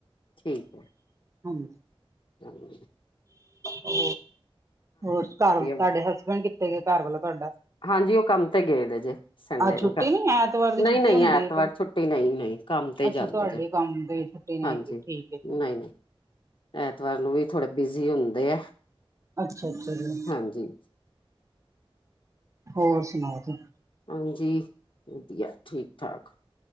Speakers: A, on the left; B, on the right.
A: ਠੀਕ ਹੈ।
B: ਹਾਂਜੀ।
A: ਹ <inaudible>
B: ਹੋ ਹੋਰ ਘਰ ਤੁਹਾਡੇ
A: ਵ
B: ਹਸਬੈਂਡ ਕਿੱਥੇ ਗਏ ਘਰਵਾਲਾ ਤੁਹਾਡਾ?
A: ਹਾਂਜੀ ਉਹ ਕੰਮ ਤੇ ਗਏ ਦੇ ਜੇ, ਸੰਡੇ
B: ਅੱਜ
A: ਨੂੰ
B: ਛੁੱਟੀ ਨੀ ਐਤਵਾਰ ਦੀ
A: ਨਹੀ-ਨਹੀ
B: ਛੁੱਟੀ ਹੁੰਦੀ
A: ਐਤਵਾਰ
B: ਹੈ ਤਾਂ
A: ਛੁੱਟੀ ਨਹੀ-ਨਹੀ। ਕੰਮ ਤੇ ਹੀ
B: ਅੱਛਾ
A: ਜਾਂਦੇ
B: ਤੁਹਾਡੇ
A: ਜੇ
B: ਕੰਮ ਦੀ ਛੁੱਟੀ ਨੀ
A: ਹਾਂਜੀ
B: ਹੈਗੀ ਠੀਕ ਹੈ ਜੀ
A: ਨਹੀ-ਨਹੀ।
B: ਠੀਕ
A: ਐਤਵਾਰ ਨੂੰ ਵੀ ਥੋੜੇ ਬਿਜ਼ੀ ਹੁੰਦੇ ਐ।
B: ਅੱਛਾ ਜੀ ਚੱਲੋ।
A: ਹਾਂਜੀ।
B: ਹੋਰ ਸੁਣਾਓ ਜੀ।
A: ਹਾਂਜੀ ਵਧੀਆ ਠੀਕ-ਠਾਕ।